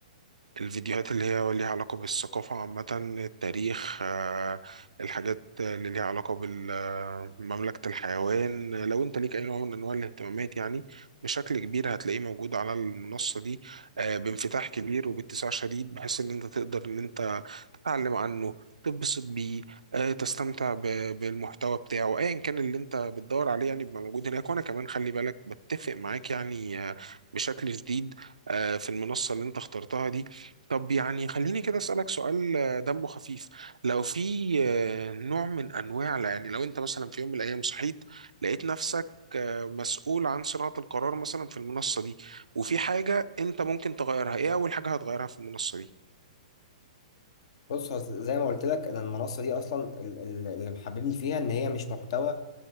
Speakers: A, on the right; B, on the left.
A: الفيديوهات اللي هي ليها علاقة بالثقافة عامة التاريخ آه، الحاجات اللي ليها علاقة بمملكة الحيوان لو انت ليك اي نوع من انواع الاهتمامات يعني بشكل كبير هتلاقيه موجود على المنصة دي آه، بانفتاح كبير وباتساع شديد بحيث ان انت تقدر ان انت تعلم عنه تتبسط بيه آه، تستمتع ب- بالمحتوى بتاعه ايا كان اللي انت بتدور عليه يعني بيبقى موجود هناك وانا كمان خلي بالك بتفق معاك يعني آه، بشكل شديد آه، في المنصة اللي انت اخترتها دي طب يعني خليني كده اسألك سؤال آه، دمه خفيف لو في آه، نوع من انواع يعني لو انت مثلا في يوم من الايام صحيت لقيت نفسك آه، مسؤول عن صناعة القرار مثلا في المنصة دي وفي حاجة انت ممكن تغيرها ايه اول حاجة هتغيرها في المنصة دي
B: بص هو زي ما قلت لك انا المنصة دي اصلا ال- ال- اللي محببني فيها ان هي مش محتوى